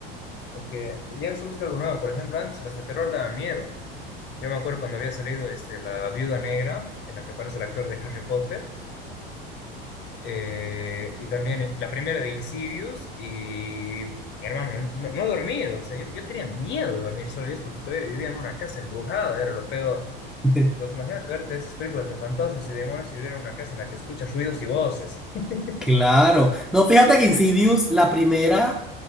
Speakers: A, on the left; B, in the centre.
A: Es que ya se busca algo nuevo, por ejemplo, antes las de terror daban miedo. Yo me acuerdo cuando había salido este, La Viuda Negra, en la que aparece el actor de Harry Potter. Eh, y también la primera de Insidious y mi hermano, no, no he dormido, o sea, yo, yo tenía miedo de dormir solo y es porque todavía vivía en una casa embrujada, era lo peor.
B: <laughs>
A: Entonces imagínate verte esas películas de fantasmas y demonios y vivir en una casa en la que escuchas ruidos y voces. <laughs>
B: Claro. No, fíjate que Insidious, la primera...